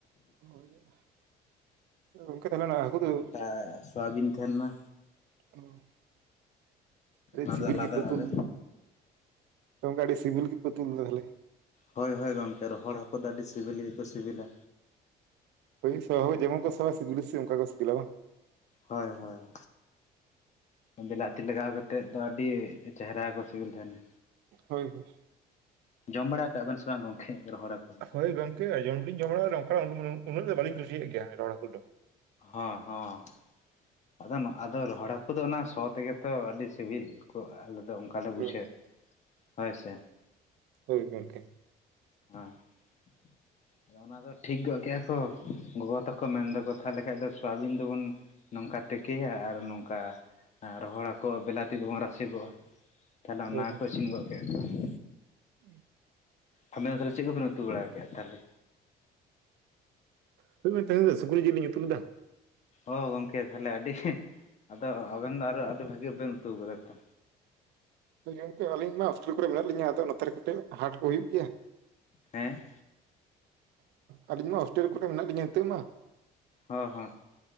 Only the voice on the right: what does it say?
ᱚ ᱡᱟᱞᱟ ᱜᱚᱝᱠᱮ ᱛᱟᱦᱞᱮ ᱦᱟᱹᱠᱩ ᱫᱚ
ᱚ ᱟᱹᱰᱤ
ᱥᱤᱵᱤᱞ
ᱜᱮᱯᱮ ᱩᱛᱩ
ᱞᱮᱜ ᱜᱚᱝᱠᱮ ᱟᱰᱤ ᱥᱤᱵᱤᱞ ᱜᱮᱯᱮ ᱛᱩᱞ ᱞᱮᱫᱟ ᱛᱟᱦᱞᱮ
ᱦᱳᱭ ᱥᱚ ᱦᱚᱸ ᱡᱮᱢᱚᱱ ᱠᱚ ᱥᱚᱣᱟ ᱥᱤᱵᱤᱞ ᱦᱚᱸ ᱚᱱᱠᱟ ᱠᱚ ᱥᱤᱵᱤᱞᱟ ᱵᱟᱝ
ᱦᱳᱭ ᱦᱳᱭ
ᱦᱳᱭ ᱜᱚᱝᱠᱮ ᱡᱚᱢ ᱫᱚᱞᱤᱧ ᱡᱚᱢ ᱵᱟᱲᱟ ᱠᱟᱜᱼᱟ ᱩᱸᱼᱩᱱᱟᱹᱜ ᱫᱚ ᱵᱟᱞᱤᱧ ᱠᱩᱥᱤᱭᱟᱜ ᱜᱮᱭᱟ ᱨᱚᱦᱚᱲ ᱦᱟᱹᱠᱩ ᱫᱚ
ᱦᱳᱭ
ᱦᱩᱸ
ᱦᱳᱭ ᱜᱚᱝᱠᱮ
ᱦᱳᱭ
ᱦᱳᱭ
<inaudible>
<unintelligible> ᱥᱩᱠᱨᱤ ᱡᱤᱞ ᱞᱤᱧ ᱩᱛᱩ ᱞᱮᱫᱟ᱾
ᱜᱚᱝᱠᱮ ᱟᱞᱤᱧ ᱢᱟ ᱦᱚᱥᱴᱮᱞ ᱠᱚᱨᱮ ᱢᱮᱱᱟᱜ ᱞᱤᱧᱟ, ᱟᱫᱚ ᱱᱚᱛᱮᱨᱮ ᱠᱟᱹᱴᱤᱡ ᱦᱟᱴ ᱠᱚ ᱦᱩᱭᱩᱜ ᱜᱮᱭᱟ᱾
ᱟᱹᱞᱤᱧ ᱢᱟ ᱦᱳᱥᱴᱮᱞ ᱠᱚᱨᱮ ᱢᱮᱱᱟᱜ ᱞᱤᱧᱟ ᱱᱤᱛᱚᱜ ᱢᱟ᱾